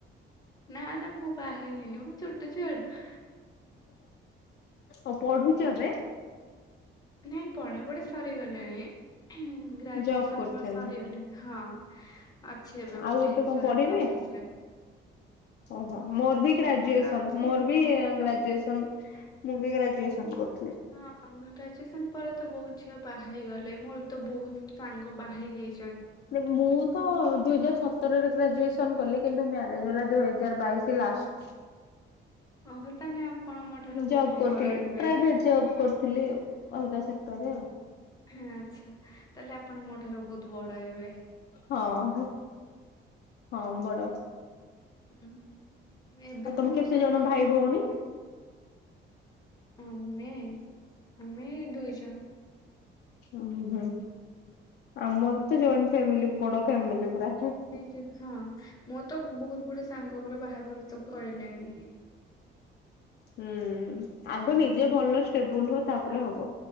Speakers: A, on the left (about 20°); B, on the left (about 60°).
A: ନା ନା ମୁଁ ବାହା ହେଇନି ମୁଁ ଛୋଟ ଛୁଆଟା।
B: ଆଉ ପଢୁଛ ଏବେ?
A: ନାଇଁ ପଢ଼ାପଢ଼ି ସରିଗଲାଣି। ଗ୍ରାଜୁଏସନ
B: ଜବ୍ କରୁଛନ୍ତି?
A: ମୋର ସରିଗଲେ ହଁ ଅଛି ଏବେ
B: ଆଉ
A: ଗୋଟେ ଇନ୍ସୁରାନ୍ସ
B: କଣ ପଢିବେ
A: ଅଫିସ୍ ରେ।
B: ଓହୋ ମୋର ବି ଗ୍ରାଜୁଏସନ
A: ତ ଏବେ ଗୋଟେ ଅଛି
B: ମୋର ବି ଗ୍ରାଜୁଏସନ। ମୁଁ ବି ଗ୍ରାଜୁଏସନ କରୁଥିଲି।
A: ହଁ ଗ୍ରାଜୁଏସନ ପରେ ତ ବହୁତୁ ଝିଅ ବାହାହେଇଗଲେ ମୋର୍ ବି ତ ବହୁତ ସାଙ୍ଗ ବାହାହେଇ ଯାଇଛି।
B: ମେ ମୁଁ ତ ଦୁଇ ହଜାର ସତରରେ ଗ୍ରାଜୁଏସନ କଲି କିନ୍ତୁ ମ୍ୟାରେଜ ହେଲା ଦୁଇ ହଜାର ବାଇଶି ଲାଷ୍ଟ।
A: ଓହୋ ତାହେଲେ ଆପଣ ମୋ ଠାରୁ ବହୁତ
B: ଜବ କରୁଥିଲି
A: ବଡ ହେବେ
B: ପ୍ରାଇଭେଟ ଜବ କର ଥିଲେ ଆଉ ଅଲଗା ସେକ୍ଟରରେ ଆଉ।
A: ଆ ଆଛା ତାହେଲେ ଆପଣ ମୋ ଠାରୁ ବହୁତ ବଡ ହେବେ।
B: ହଁ ହଁ ହଁ ବଡ।
A: ଉଁ ଏବେ
B: ଆଉ
A: ବି
B: ତମ
A: ମୋ
B: କେତେ
A: ସାଙ୍ଗ
B: ଜଣ ଭାଇ ଭଉଣୀ?
A: ଆମେ ଆମେ ଏ ଦୁଇ ଜଣ।
B: ହୁଁ ହୁଁ ଆମର ତ ଜଏଣ୍ଟ ଫ୍ୟାମିଲି ବଡ ଫ୍ୟାମିଲି ପୁର।
A: ନେ ଚର ହଁ ମୋର ତ ବହୁତ ଗୁଡେ ସାଙ୍ଗଙ୍କର ବାହାଘର ସବୁ ସାଇଲାଣି।
B: ହୁଁ ଆଗ ନିଜେ ଭଲ ଷ୍ଟେବୁଲହୁଅ ତାପରେ ହବ।